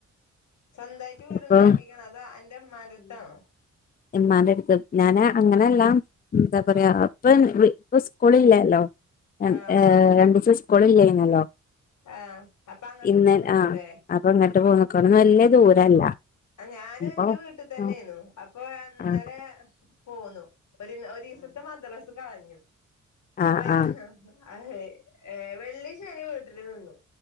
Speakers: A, on the left; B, on the left.
A: സ്വന്തായിട്ട് വീടുണ്ടാക്കിക്കെണോ
B: ഇപ്പൊ
A: അതോ അന്റെ അമ്മാന്റെടുത്താണോ.
B: എമാന്റെ അടുത്ത് ഞാന് അങ്ങനെല്ലാ എന്താ
A: ആഹ്
B: പറയാ ഇപ്പം ഇപ്പം സ്കൂള് ഇല്ലല്ലോ ര
A: ആഹ്
B: അ രണ്ട് ദിവസം സ്കൂള് ഇല്ലായിരുന്നല്ലോ
A: ആഹ് അപ്പൊ അങ്ങട്ട്
B: ഇന്ന്
A: പോന്ന്ക്കുല്ലേ
B: ആ അപ്പൊ ഇങ്ങോട്ട് പോന്നു ക്ക് വല്യ ദൂരല്ല.
A: അ ഞാനും
B: ഇപ്പൊ
A: എന്റെ വീട്ടിൽ തന്നെയാന്നു
B: ആഹ്
A: അപ്പൊ അന്നലെ
B: ആഹ്
A: പോന്നു. ഒരു ഒരു ദിവസത്തെ മദ്രസ് കളഞ്ഞു അപ്പൊ
B: ആഹ്
A: ഞാ
B: ആഹ്
A: അഹേ ഏ വെള്ളി ശനി വീട്ടില് നിന്നു